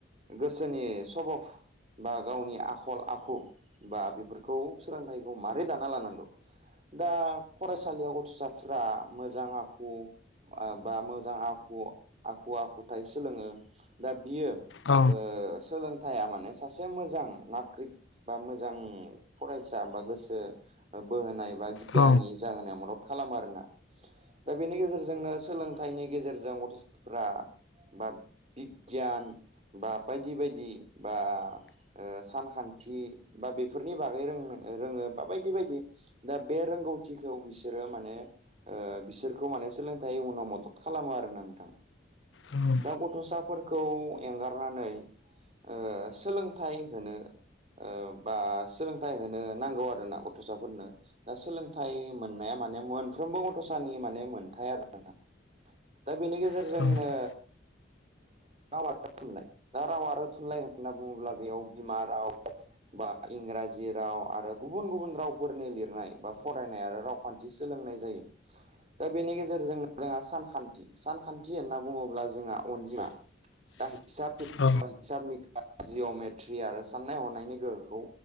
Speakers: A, on the right (about 35°); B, on the left (about 80°).
A: गोसोनि सभफ बा गावनि आखल आखु बा बेफोरखौ सोलोंथाइखौ माबारै दाना लानांगौ? दा फरायसालियाव गथ'साफोरा मोजां आखु ओ बा मोजां आखु आखु आखुथाय सोलोङो दा बियो
B: औ
A: ओ सोलोंथाइया माने सासे मोजां नाग्रिक बा मोजां फरायसा बा गोसो बोहोनाय गियानि
B: औ
A: जानानै मदद खालामो आरोना दा बेनि गेजेरजोंनो सोलों थाइनि गेजेरजों गथ'साफोरा बा बिगियान बा बायदि बायदि बा ओ सानखान्थि बा बेफोरनि बागै रों-रोङो बा बायदि बायदि दा बे रोंगौथिखौ बिसोरो माने ओ बिसोरखौ माने सोलोंथाइ उनाव मदद खालामो आरोना नोंथां।
B: औ
A: दा गथ'साफोरखौ एंगारनानै ओ सोलोंथाइ होनो ओ बा सोलोंथाइ होनो नांगौ आरो ना गथ'साफोरनो दा सोलों थाइ मोननाया माने मोनफ्रबो गथ'सानि माने मोनथाय आरो ना दा बेनि गेजेराव
B: उम
A: जोंनो ओ राव आरो थुनलाइ दा राव आरो थुनलाइ होननानै बुङोब्ला बेयाव बिमा राव बा इंराजि राव आरो गुबुन गुबुन रावफोरनि लिरनाय बा फरायनाय आरो रावखान्थि सोलोंनाय जायो दा बेनि गेजेरजोंनो जोंहा सानखान्थि सानखान्थि होनना बुङोब्ला जोंहा अनजिमा दा हिसाबा
B: औ
A: हिसाबनि काजिअमेद थि आरो साननाय हनायनि गोहोखौ